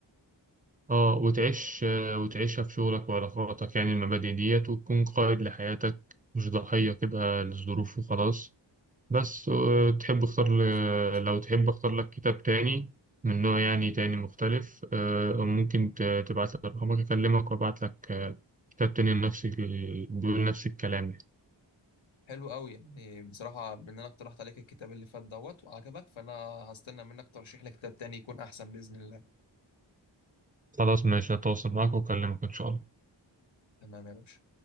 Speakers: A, on the right (about 20°); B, on the left (about 80°).
A: اه وتعيش آه، وتعيشها في شغلك وعلاقاتك يعني المبادئ ديت وتكون قائد لحياتك مش ضحية كده للظروف وخلاص بس و- تحب اختار ل-
B: مظبوط
A: لو تحب اختار لك كتاب تاني من نوع يعني تاني مختلف آه، ممكن ت- تبعت لي رقمك اكلمك وابعت لك آه، كتاب تاني نفس ال- بيقول نفس الكلام
B: حلو قوي يعني بصراحة بما ان انا اقترحت عليك الكتاب اللي فات دوت وعجبك فانا هستنى منك ترشيح لي كتاب تاني يكون احسن بإذن الله
A: خلاص ماشي هتواصل معاك واكلمك ان شاء الله
B: تمام يا باشا